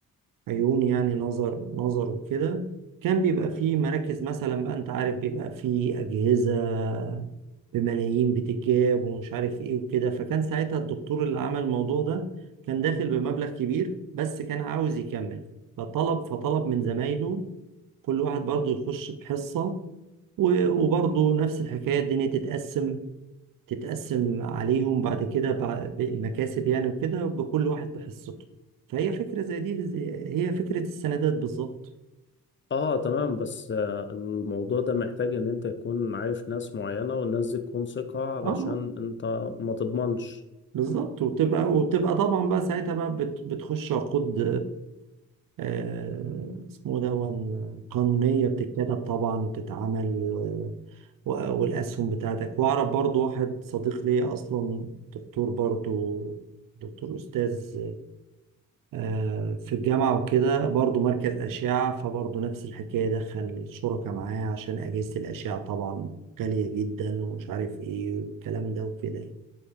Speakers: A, on the right; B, on the left.
A: عيون يعني نظر نظر وكده كان بيبقى فيه مراكز مثلا بقى انت عارف بيبقى فيه اجهزه بملايين بتتجاب ومش عارف ايه وكده فكان ساعتها الدكتور اللي عمل الموضوع ده كان داخل بمبلغ كبير بس كان عاوز يكمل فطلب فطلب من زمايله كل واحد برضه يخش بحصه و- وبرضه نفس الحكايه الدنيا تتقسم تتقسم عليهم بعد كده بع- بالمكاسب يعني وكده بكل واحد بحصته فهي فكرة زي دي زي- هي فكرة السندات بالظبط
B: اه تمام بس آه، الموضوع ده محتاج ان انت تكون عارف ناس معينة والناس دي تكون ثقة علشان
A: اه آه،
B: انت ما تضمنش
A: بالظبط وبتبقى وبتبقى طبعا بقى ساعتها بقى بت- بتخش عقود آه اسمه ده قانونية بتتكتب طبعا وبتتعمل و- و- والأسهم بتاعتك وأعرف برضو واحد صديق ليا أصلا دكتور برضو دكتور أستاذ آه، في الجامعة وكده برضو مركز أشعة فبرضو نفس الحكاية دخل الشركاء معايا عشان أجهزة الأشعة طبعا غالية جدا ومش عارف إيه والكلام ده وكده يعني.